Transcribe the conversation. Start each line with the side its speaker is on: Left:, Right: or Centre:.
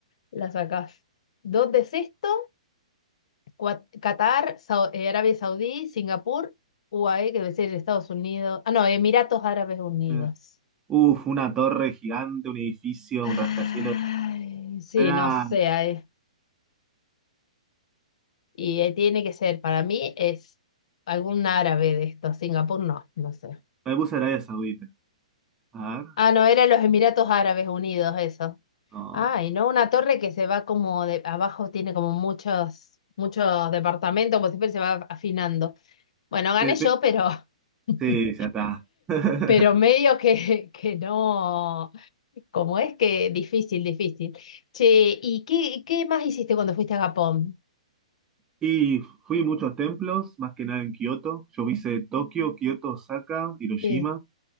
Left: La sacás. Dos de sexto, Cua- Qatar, Sau- eh, Arabia Saudí, Singapur, UAE, que debe ser Estados Unidos. Ah, no, Emiratos Árabes Unidos.
Right: <laughs> Uf, una torre gigante, un edificio,
Left: Ay,
Right: un rascacielos.
Left: sí,
Right: Era.
Left: no sé. ay. Y eh, tiene que ser, para mí es algún árabe de estos. Singapur no, no sé.
Right: Me puse Arabia Saudita. A ver.
Left: Ah, no, eran los Emiratos Árabes Unidos, eso.
Right: No.
Left: Ah, y no una torre que se va como de abajo, tiene como muchos, muchos departamentos, como siempre se va afinando. Bueno, gané
Right: Pe- pe-
Left: yo, pero, <laughs>
Right: sí, ya está. <laughs>
Left: pero medio que, que no, como es que difícil, difícil. Che, ¿y qué, qué más hiciste cuando fuiste a Japón?
Right: Y fui a muchos templos, más que nada en Kioto. Yo hice Tokio, Kioto, Osaka, Hiroshima.
Left: Sí.